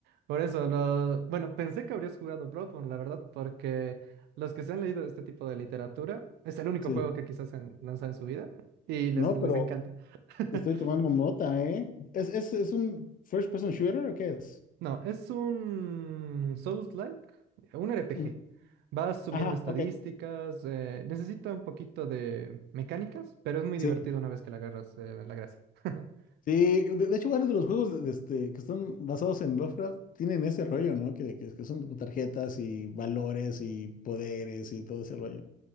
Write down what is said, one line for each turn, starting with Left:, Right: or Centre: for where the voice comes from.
Right: Por eso, lo... bueno, pensé que habrías jugado Bloodborne, la verdad, porque los que se han leído este tipo de literatura, es el único
Left: Sí.
Right: juego que quizás han lanzado en su vida y les,
Left: No,
Right: les
Left: pero
Right: encanta. <laughs>
Left: estoy tomando nota, ¿eh? ¿Es, es, es un first person shooter o qué es?
Right: No, es un Souls-like, un RPG.
Left: Ujú.
Right: Vas subiendo
Left: Ajá,
Right: estadísticas,
Left: ok.
Right: eh, necesita un poquito de mecánicas, pero es muy
Left: Sí.
Right: divertido una vez que la agarras, eh, la gracia. <laughs>
Left: Sí, de, de hecho varios de los juegos este, que están basados en Lovecraft tienen ese rollo, ¿no? Que, que, que son tarjetas y valores y poderes y todo ese rollo.